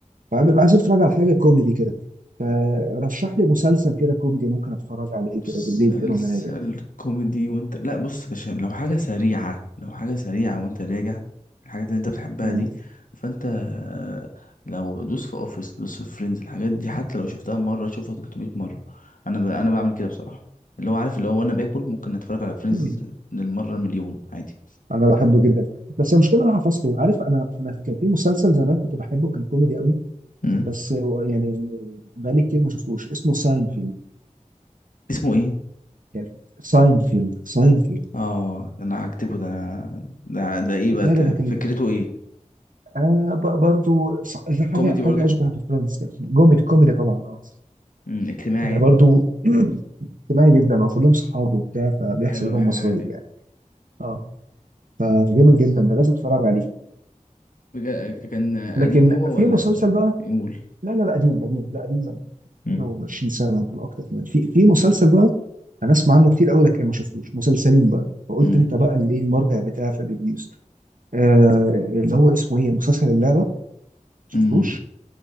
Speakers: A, on the right (about 80°); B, on the left (about 80°).
A: فببقى عايزين اتفرج على حاجه كوميدي كده فرشح لي مسلسل كده كوميدي ممكن اتفرج عليه
B: مسلسل
A: كده بالليل كده وانا راجع
B: كوميدي وانت لا بص يا باشا لو حاجة سريعة لو حاجة سريعة وانت راجع الحاجات اللي انت بتحبها
A: مم.
B: دي فانت آه، لو دوس في اوفيس دوس في فريندز الحاجات دي حتى لو شفتها مرة شوفها 300 مرة انا ب... انا بعمل كده بصراحة اللي هو عارف اللي هو وانا باكل ممكن اتفرج على فريندز
A: مم.
B: للمرة مليون عادي
A: انا بحبه جدا بس المشكله انا حفظته عارف انا انا كان في مسلسل زمان كنت بحبه كان كوميدي قوي
B: امم
A: بس هو يعني بقالي كتير ما شفتوش اسمه ساينفيلد
B: اسمه ايه
A: كان ساينفيلد ساينفيلد
B: اه ده انا هكتبه ده ده ده ايه
A: ده
B: بقى ت-
A: اللي ده كان
B: فكرته ايه
A: آه ب- برضو ص- حاجه
B: كوميدي
A: حاجه
B: برضو
A: اشبه بفريندز كده. جوميدي كوميدي طبعا اه
B: امم اجتماعي
A: يعني
B: يعني
A: برضو <clears throat> اجتماعي جدا وكلهم صحابه وبتاع فبيحصل
B: حلو انا
A: لهم
B: بحب
A: مصايب
B: الحاجات دي
A: يعني اه فجامد جدا ده لازم تتفرج عليه
B: بجا- كان قديم
A: لكن
B: هو
A: في
B: ولا
A: مسلسل بقى
B: يقول
A: لا لا لا قديم قديم لا قديم بقى
B: مم.
A: حاجه و20 سنه يمكن اكتر كمان في في مسلسل بقى انا اسمع عنه كتير قوي لكن ما شفتوش مسلسلين بقى فقلت
B: امم
A: انت بقى اللي ايه المرجع بتاعي في الريفيوز آه اللي هو اسمه ايه مسلسل اللعبه ما شفتوش
B: امم